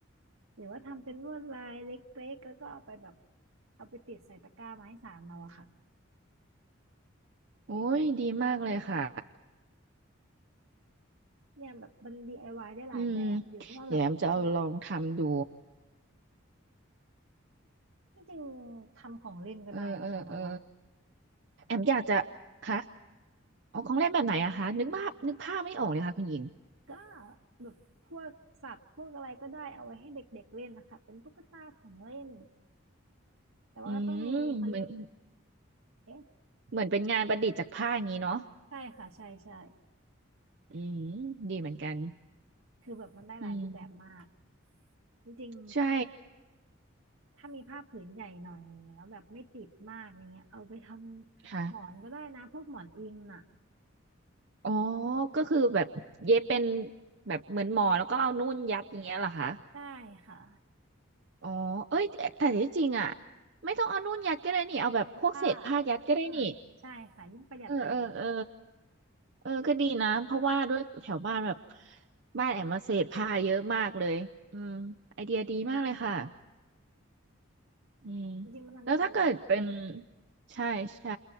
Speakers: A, on the right (about 75°); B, on the right (about 55°).
A: หรือว่าทำเป็นลวดลายเล็กๆแล้วก็เอาไปแบบเอาไปติดใส่ตะกร้าไม้สานเราอะค่ะ
B: โอ้ยดีมากเลยค่ะ
A: เนี่ยแบบมัน d า y ได้หลายแบบอยู่ที่ว่าแบบชอบ
B: อืมเดี๋ยวแอมจะเอาลองทำดู
A: จริงๆทำของเล่นก็ได้นะคะเราว่า
B: เออเออเออแอมอยากจะคะเอาของเล่นแบบไหนอะคะนึกภาพนึกภาพไม่ออกเลยค่ะคุณหญิง
A: ก็แบบพวกสัตว์พวกอะไรก็ได้เอาไว้ให้เด็กๆเล่นนะคะเป็นตุ๊กตาของเล่นแต่ว่าก็ต้องมีเขาเรียก
B: อืมเหมือน
A: เอ๊ะ
B: เหมือนเป็นงานประดิษฐ์จากผ้าอย่างนี้เนาะ
A: ใช่ค่ะใช่ใช่
B: อืมดีเหมือนกัน
A: คือแบบมันได้หลายรูปแบบมาก
B: อืม
A: จริง
B: ใช่
A: ๆถ้ามีผ้าผืนใหญ่หน่อยแล้วแบบไม่ติดมากอย่างเงี้ยเอาไปทำหมอนก็ได้นะพวกหมอนอิงน่ะ
B: ค่ะอ๋อก็คือแบบเย็บเป็นแบบเหมือนหมอแล้วก็เอานุ่นยัดอย่างเงี้ยเหรอคะ
A: ได้ค่ะ
B: อ๋อเอ้ยแต่แต่ที่จริงอะไม่ต้องเอานุ่นยัดก็ได้นี่เอาแบบพวกเศษผ้ายัดก็ได้นี่
A: เพราะผ้าอ่าใช่ค่ะยิ่งประหยัดไปใหญ่
B: เออเออเออ เออก็ดีนะเพราะว่าด้วยแถวบ้านแบบบ้านแอมมาเศษผ้าเยอะมากเลยอืมไอเดียดีมากเลยค่ะอืม
A: จริงๆมันทำได้หลาย
B: แล้วถ้าเกิดเป็นใช่ใช่